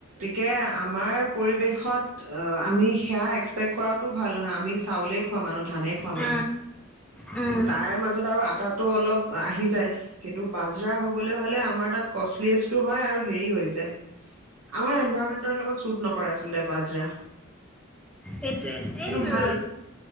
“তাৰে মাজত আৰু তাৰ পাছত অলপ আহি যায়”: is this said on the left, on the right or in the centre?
Right